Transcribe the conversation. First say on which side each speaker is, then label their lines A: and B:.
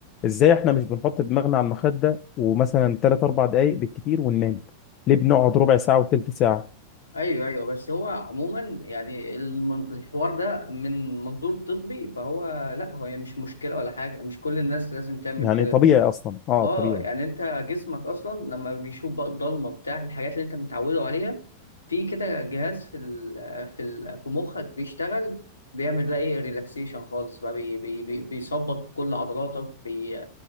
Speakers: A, on the left; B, on the left.
A: ازاي احنا مش بنحط دماغنا على المخده ومثلا 3 4 دقائق بالكتير وننام ليه بنقعد ربع ساعه وثلث ساعه
B: ايوه ايوه بس هو عموما يعني المن- الحوار ده من منظور طبي فهو لا هو يعني مش مشكله ولا حاجه مش كل الناس لازم تعمل
A: يعني
B: كده
A: طبيعي اصلا اه
B: اه
A: طبيعي
B: يعني انت جسمك اصلا لما بيشوف بقى الضلمه بتاع الحاجات اللي انت متعوده عليها في كده جهاز في ال في ال في مخك بيشتغل بيعمل بقى ايه ريلاكسيشن خالص بقى بي بي بي بيظبط كل عضلاتك بي